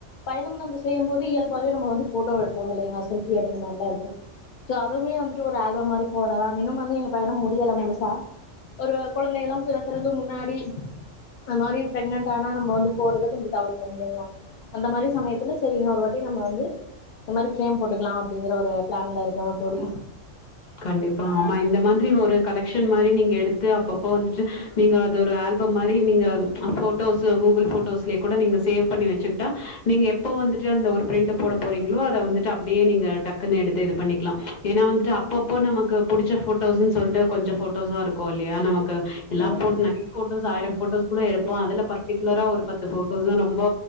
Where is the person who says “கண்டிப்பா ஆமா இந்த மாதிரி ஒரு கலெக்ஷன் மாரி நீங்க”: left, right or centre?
Left